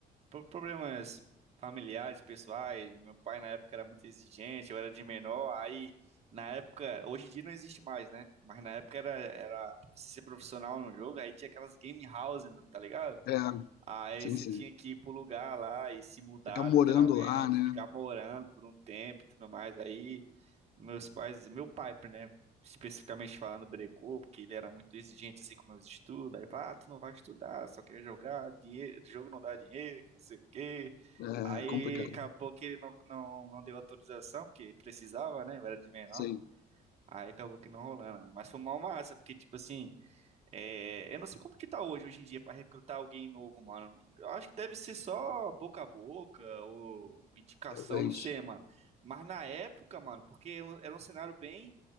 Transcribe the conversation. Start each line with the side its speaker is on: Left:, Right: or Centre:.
Right: por problemas familiares, pessoais. Meu pai na época era muito exigente, eu era de menor. Aí, na época, hoje em dia não existe mais, né? Mas na época era, era pra você ser profissional no jogo, aí tinha aquelas game houses, tá ligado?
Left: É,
Right: Aí
Left: sim,
Right: você
Left: sim.
Right: tinha que ir pro lugar lá e se mudar,
Left: Ficar morando
Right: literalmente,
Left: lá, né?
Right: ficar morando por um tempo e tudo mais. Aí meus pais, meu pai, né, especificamente falando, brecou, porque ele era muito exigente assim com meus estudos. Aí, ah, tu não vai estudar, só quer jogar, dinheiro, jogo não dá dinheiro, que não sei o quê.
Left: É
Right: Aí
Left: complicado.
Right: acabou que ele não, não, não deu autorização, porque precisava, né? Eu era de menor.
Left: Sim,
Right: Aí acabou que não rolando, né? mas foi mó massa, porque tipo assim. É, eu não sei como que tá hoje, hoje em dia, pra recrutar alguém novo, mano. Eu acho que deve ser só boca a boca ou indicação,
Left: talvez.
Right: não sei, mano. Mas na época, mano, porque era um era um cenário bem,